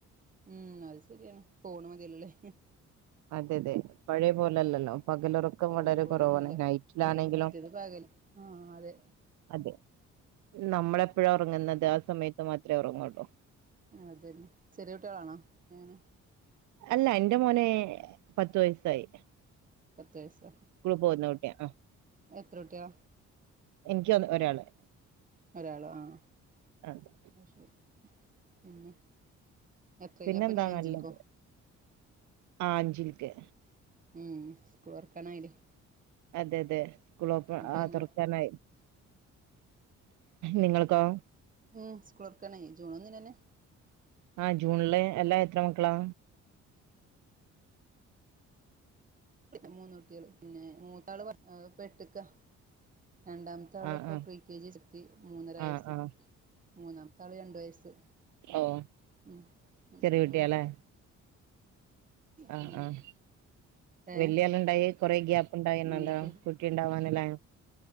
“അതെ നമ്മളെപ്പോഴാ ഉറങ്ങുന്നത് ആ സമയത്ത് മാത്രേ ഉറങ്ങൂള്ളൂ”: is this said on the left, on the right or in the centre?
Right